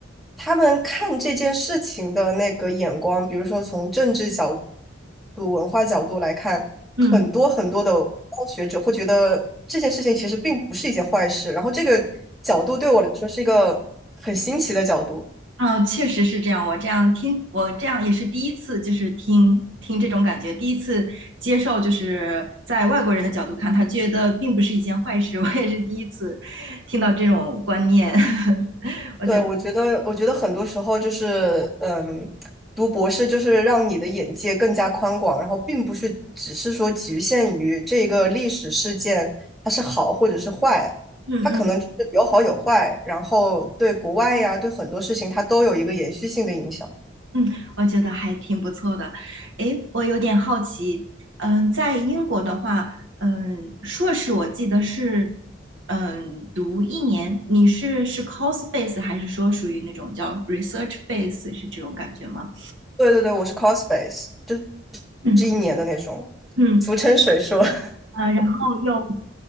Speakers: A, in the centre; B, on the right.
A: 他们看这件事情的那个眼光，比如说从政治角度、文化角度来看，
B: 嗯
A: 很多很多的学者会觉得这件事情其实并不是一件坏事。然后这个角度对我来说是一个很新奇的角度。
B: 啊，哦确实是这样。我这样听，我这样也是第一次，就是听听这种感觉，第一次接受，就是在外国人的角度看，他觉得并不是一件坏事。我也是第一次听到这种观念，<laughs> 我觉得
A: 对，我觉得，我觉得很多时候就是，嗯，读博士就是让你的眼界更加宽广，然后并不是只是说局限于这个历史事件它是好或者是坏，
B: 嗯嗯。
A: 它可能就是有好有坏，然后对国外呀，对很多事情它都有一个延续性的影响。
B: 嗯，我觉得还挺不错的。诶，我有点好奇，嗯，在英国的话，嗯，硕士我记得是，嗯，读一年，你是是 course base 还是说属于那种叫 research base 是这种感觉吗？
A: 对对对，我是 cospace，就
B: 嗯
A: 是一年的那种，
B: 嗯，
A: 俗称水硕。<laughs>
B: 呃，然后又